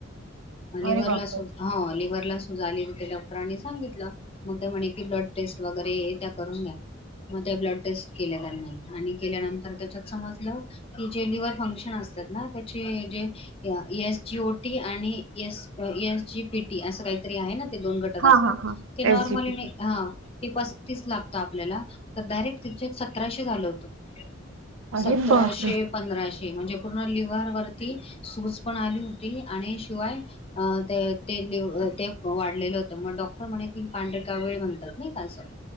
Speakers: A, on the left (about 30°); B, on the right (about 85°).
A: लिव्हरला
B: अरे बापरे
A: सुज हं लिव्हरला सू डॉक्टरनी सांगितलं मग म्हणे क ब्लड टेस्ट वगैरे त्या करून द्या मग त्या ब्लड टेस्ट केल्या त्यांनी आणि केल्यानंतर त्याच्यात समजल की जे लिव्हर फंक्शन असतात. जे एस जी ओ टी आणि स एस जी पीटी असं काहीतरी आहे ना ते दोन घटक असतात
B: हा हा हा
A: ते नॉर्मली
B: एस जी पी
A: ने हा त लागत आपल्याला तर डायरेक्ट तिच्यात सतराशे झालं होतं. सतराशे
B: अरे बापरे
A: पंधराशे म्हणजे पूर्ण लिव्हर वरती सूज पण आली होती आणि शिवाय ते पण वाढलेलं होत मग डॉक्टर म्हणे कि पांढरी काविळ म्हणतात.